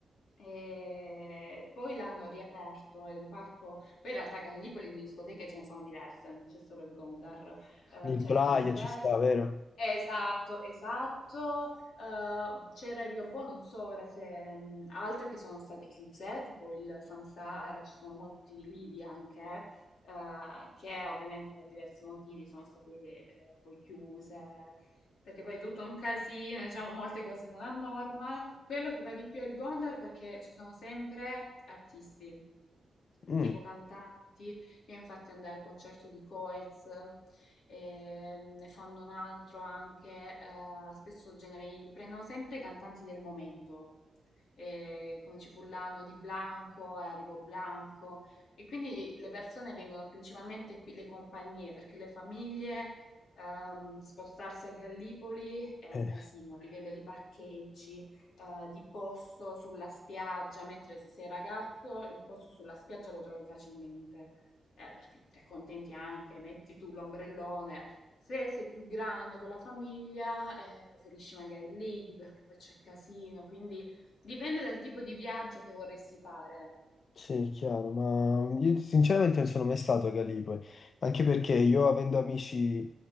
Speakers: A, on the left; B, on the left.
A: e poi l'hanno riaperto, è un parco, poi in realtà a Gallipoli di discoteche ce ne sono diverse, non c'è solo il Gondar,
B: <laughs>
A: eh,
B: Il
A: ce
B: Praia
A: ne sono diverse.
B: ci sta, vero?
A: Esatto, esatto. Eh, c'era il Riobò, non so ora se mh, altre che sono state chiuse, tipo il Samsara, ci sono molti lidi anche, eh, che ovviamente per diversi motivi sono state eh, poi chiuse, perché poi è tutto un casino, diciamo molte cose non a norma. Quello che va di più è il Gondar perché ci sono sempre artisti,
B: Mm.
A: tipo cantanti. Io infatti andai al concerto di Coez, ehm, ne fanno un altro anche, eh, spesso genere indie, prendono sempre i cantanti del momento. Eh, come ci fu l'anno di Blanco, arrivò Blanco e quindi le persone vengono principalmente qui, le compagnie, perché le famiglie ehm, spostarsi a Gallipoli è un
B: Eh,
A: casino a livello di parcheggi, eh, di posto sulla spiaggia, mentre se sei ragazzo il posto sulla spiaggia lo trovi facilmente, eh, perché ti accontenti anche, metti tu l'ombrellone. Se sei più grande con la famiglia, eh, preferisci magari l'IDI perché poi c'è casino, quindi dipende dal tipo di viaggio che vorresti fare,
B: sì, è chiaro, ma io sinceramente non sono mai stato a Gallipoli, anche perché io avendo amici